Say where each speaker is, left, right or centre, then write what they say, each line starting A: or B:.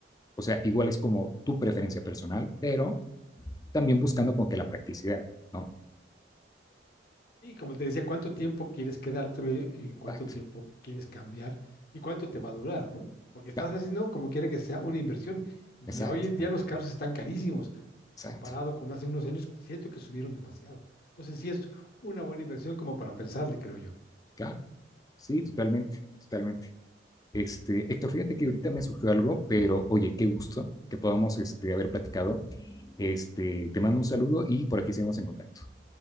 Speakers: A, on the left (about 20°); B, on the left (about 55°).
A: o sea, igual es como tu preferencia personal, pero también buscando como que la practicidad, ¿no?
B: Y como te decía, ¿cuánto tiempo quieres quedártelo y y cuánto
A: Exacto,
B: tiempo quieres cambiar y cuánto te va a durar, ¿no? Porque estás
A: claro,
B: haciendo como quiere que sea una inversión. Y
A: exacto,
B: hoy en día los carros están carísimos
A: exacto,
B: comparado con hace unos años, siento que subieron demasiado. Entonces sí es una buena inversión como para pensarle, creo yo.
A: claro. Sí, totalmente, totalmente. Este, Héctor, fíjate que ahorita me surgió algo, pero oye, qué gusto que podamos este, haber platicado. Este, te mando un saludo y por aquí seguimos en contacto.